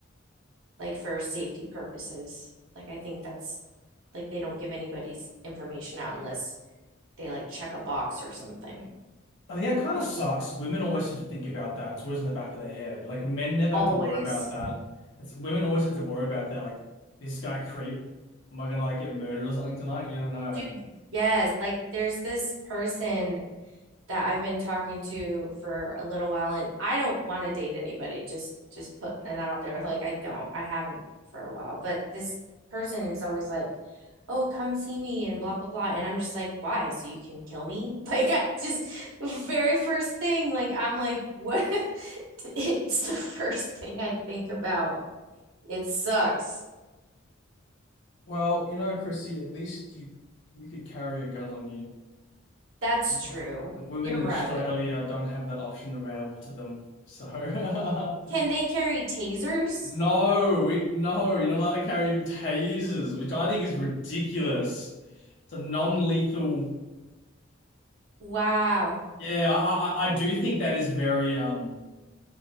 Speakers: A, on the right (about 80°); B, on the left (about 60°).
A: like for safety purposes. Like I think that's like they don't give anybody's information out unless they like check a box or something.
B: I think that kind of sucks. Women always have to think about that. It's always in the back of their head. Like men never have
A: Always.
B: to worry about that. It's women always have to worry about that. Like this guy creep. Am I gonna like get murdered or something tonight? You never know.
A: Dude, yes, like there's this person that I've been talking to for a little while and I don't want to date anybody just just putting it out there like I don't I haven't for a while but this person is always like oh come see me and blah blah blah and I'm just like why so you can kill me <laughs> like I just the very first thing like I'm like what <laughs> it's the first thing I think about it sucks
B: Well, you know, Chrissy, at least you you could carry a gun on you.
A: that's
B: <sighs> The
A: true
B: Women
A: you're
B: in
A: right
B: Australia don't have that option available to them. So <laughs>
A: can they carry tasers
B: no, we no, you're not allowed to carry even tasers, which I think is ridiculous. It's a non-lethal.
A: wow
B: Yeah, I, I I do think that is very um